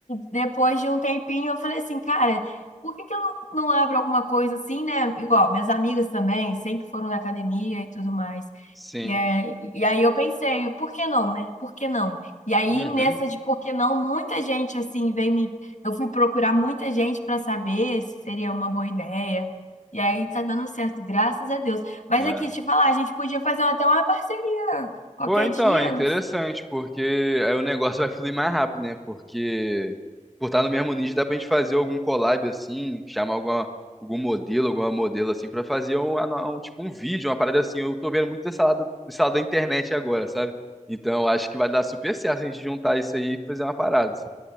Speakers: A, on the left; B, in the centre.
A: depois de um tempinho eu falei assim, cara, por que que eu não, não abro alguma coisa assim, né? Igual, minhas amigas também sempre foram na academia e tudo mais.
B: Sim.
A: E, é- e aí eu pensei, por que não, né? Por que não? E aí
B: Uhum.
A: nessa de por que não, muita gente assim veio me, eu fui procurar muita gente para saber se seria uma boa ideia. E aí tá dando certo, graças a Deus. Mas
B: É.
A: aqui, te falar, a gente podia fazer até uma parceria qualquer
B: Pô, então,
A: dia,
B: é interessante, porque aí o negócio vai fluir mais rápido, né? Porque por estar no mesmo nicho, dá pra gente fazer algum collab assim, chamar alguma, algum modelo, alguma modelo assim, pra fazer um, ano- um- tipo um vídeo, uma parada assim. Eu tô vendo muito desse lado, desse lado da internet agora, sabe? Então, eu acho que vai dar super certo se a gente juntar isso aí e fazer uma parada. assim.